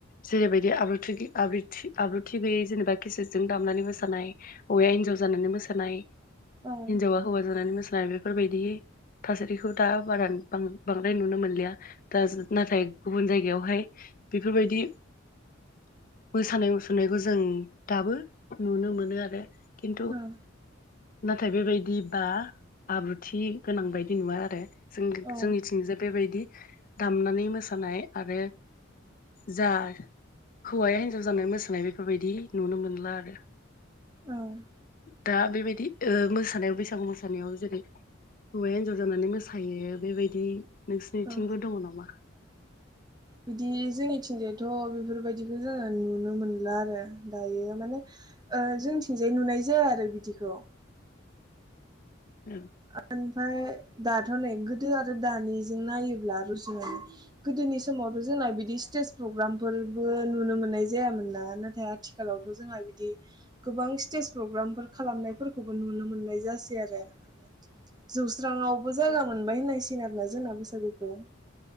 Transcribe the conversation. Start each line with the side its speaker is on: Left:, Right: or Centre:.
Left: जेरैबायदि आब्रुथिै आबथि आब्रुथि गैयै जेनेबा खिसजों दामनानै मोसानाय हौवाया हिनजाव जानानै मोसानाय
Right: औ ओं
Left: हिनजावा हौवा जानानै मोसानाय जा बेफोरबायायदि थासारिखौ दा बारा बा बांद्राय नुनो मोनलिया दाज नाथाय गुबुन जायगायावहाय बेफोरबायदि मोसानाय मुसुरनायखौ जों दाबो नुनो मोनो आरो । खिन्थु
Right: ओं
Left: नाथ बेबायदि बा आब्रुथि गोनां बायदि बिदि नुवा आरो । जों
Right: औ
Left: जोंनिथिंज बेबायदि दामनानै मोसानाय आरो जा हौवाया हिनजाव जानानै मोसानाय बेफोरबायदि नुनो मोनला आरो
Right: औ ।
Left: दा बेबायदि ओ मोसानायाव बैसागु मोसानायाव जेरै हौवाया हिनजाव जानानै मोसायो बेबायदि नोंसनिथिंबो
Right: औ
Left: दङ नामा?
Right: बिदि जोंनिथिंजायथ' बेफोरबायदिखौ जोङो नुनो मोनला आरो दायो माने ओ जोंनिथिंजाय नुनाय जाया आरो बिदिखौ । <unintelligible>
Left: औ
Right: ओमफ्राय दाथ' नै गोदो आरो दानिजों नायोब्ला रुजुनानै गोदोनि समावथ' जोंना बिदि स्टेज प्रग्रामफोरबो नुनो मोननाय जायामोन ना नाथाय आथिखालावथ' जोंहा बिदि गोबां स्टेज प्रग्रामफोर खालामनायफोरखौबो नुनो मोननाय जासै आरो। जौस्रांवबो जायगा मोनबाय होननायसिन आरोना जोंना बैसागुखौ ।